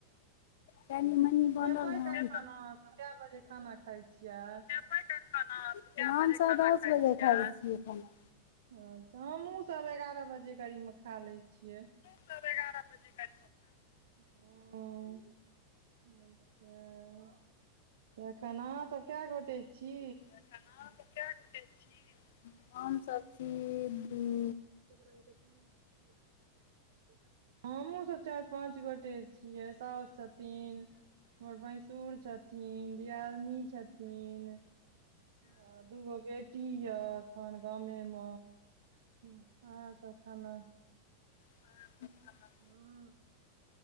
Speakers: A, on the left; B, on the right.
A: कनी मनी बनल
B: खेबै
A: हन
B: कखन अहाँ सब केए बजे खाना खाइ छियै।
A: खेबै कखन अहाँ सब केए बजे खाना खाइ छियै हमसभ दस बजे खाइ छियै खाना।
B: अच्छा हमहुँ सब एगारह बजे कड़ीब में खाँ लै छियै।
A: सब एगारह बजे कर
B: हुं- अच्छा। त एखन अहाँ सब कैऽगोटे छी?
A: <unintelligible> हमसभ छी, दु
B: <unintelligible> <inaudible> हमहुं सब चाइर पांच गोटे छियै साउस छतिन हमर भैसुर छथिन, दियादिनी छथिन ह दूगो बेटी यऽ आन गामेम, इहै ऽ सब खाना।
A: <inaudible>
B: हुंउं।